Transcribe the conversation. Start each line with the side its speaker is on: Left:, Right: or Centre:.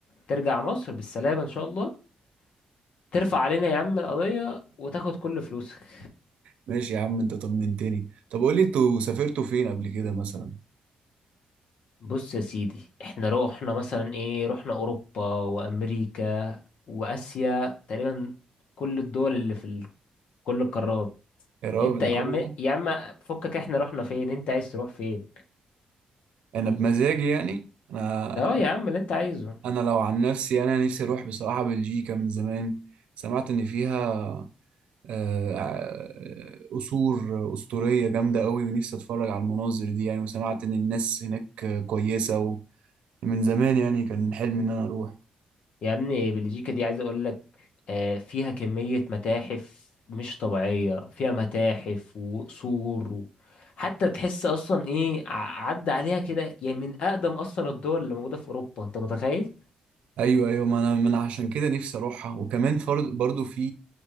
Left: ترجع مصر بالسلامة ان شاء الله ترفع علينا يا عم القضية وتاخد كل فلوسك
Right: ماشي يا عم انت طمنتني طب قول لي انتوا سافرتوا فين قبل كده مثلا
Left: بص يا سيدي احنا روحنا مثلا ايه رحنا اوروبا وامريكا واسيا تقريبا كل الدول اللي في ال... كل القارات
Right: يا راجل
Left: انت يا
Right: كل
Left: عم
Right: ده
Left: يا عم فكك احنا رحنا فين انت عايز تروح فين
Right: انا بمزاجي يعني انا
Left: اه يا عم اللي انت عايزه
Right: انا لو عن نفسي يعني، انا نفسي اروح بصراحه بلجيكا من زمان سمعت ان فيها آه، آه، قصور أسطورية جامدة قوي ونفسي أتفرج على المناظر دي يعني وسمعت إن الناس هناك كويسة ومن زمان يعني كان حلمي إن أنا أروح
Left: يا ابني بلجيكا دي عايز اقول لك آه، فيها كمية متاحف مش طبيعية فيها متاحف وقصور و... حتى تحس اصلا ايه ع- عدى عليها كده يعني من اقدم اصلا الدول اللي موجودة في اوروبا انت متخيل
Right: أيوه أيوه ما أنا ما أنا عشان كده نفسي أروحها وكمان فرض برضو في